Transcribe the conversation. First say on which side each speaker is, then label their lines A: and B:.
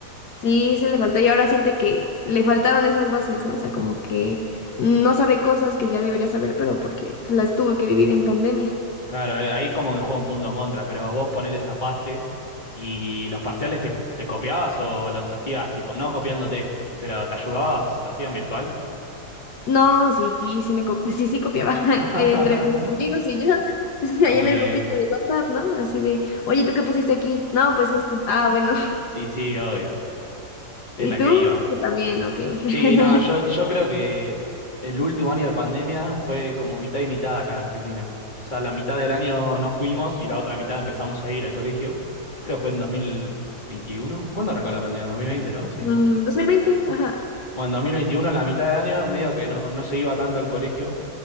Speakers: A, on the left; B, on the left.
A: Sí, se le faltó y ahora siente que le faltaron esas bases, ¿no? O sea, como que no sabe cosas que ya debería saber, pero porque las tuvo que vivir en pandemia.
B: Claro, eh, ahí como que juega un punto en contra, pero vos ponele zafaste y los parciales te, te copiabas o los hacías tipo, no copiándote, pero te ayudabas, lo hacían virtual.
A: No, sí, sí me co- <laughs> sí, sí copiaba <laughs>
B: <laughs> Está
A: entre mis amigos y yo, <laughs> ahí
B: muy
A: en el
B: bien.
A: grupito de WhatsApp, ¿no? Así de, oye, ¿tú qué pusiste aquí? No, pues esto. Ah, bueno.
B: Y sí, obvio,
A: ¿Y
B: es la
A: tú?
B: que iba.
A: Yo también, ok. <laughs>
B: Sí, no, yo, yo creo que el último año de pandemia fue como mitad y mitad acá en Argentina. O sea, la mitad del año no fuimos y la otra mitad empezamos a ir al colegio. Creo que fue en 2021. ¿Cuándo arrancó la pandemia? 2020, ¿no? Sí.
A: Mm, dos mil veinte ajá.
B: Bueno, en 2021, la mitad de año, medio que no, no se iba tanto al colegio